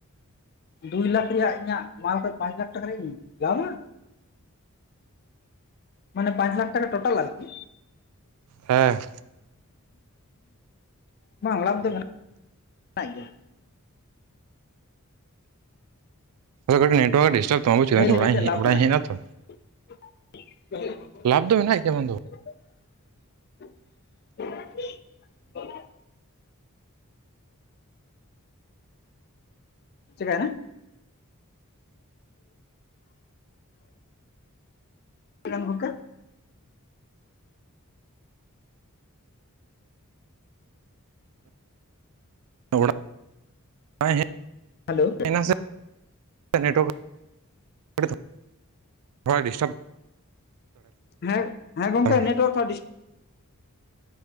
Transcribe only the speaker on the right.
ᱦᱮᱸ᱾
ᱟᱫᱚ ᱠᱟᱹᱴᱤᱡ ᱱᱮᱴᱣᱟᱨᱠ ᱰᱤᱥᱴᱟᱵ ᱛᱟᱢᱟ ᱵᱩᱪ ᱠᱮᱫᱟᱢ᱾
ᱤᱧ
ᱚᱲᱟᱜ
ᱚᱲᱟᱜ
ᱤᱧ ᱦᱮᱡ
ᱱᱟ ᱛᱚ
ᱞᱟᱵᱷ ᱫᱚ ᱢᱮᱱᱟᱜ ᱜᱮᱭᱟ ᱵᱟᱝ ᱫᱚ ᱵᱟᱝ
ᱚᱲᱟᱜ ᱤᱧ
ᱦᱮᱡ ᱱᱟ ᱥᱮ ᱱᱮᱸᱴᱣᱟᱨᱠ <unintelligible> ᱰᱤᱥᱴᱟ ᱫᱟ
ᱛᱟᱢᱟ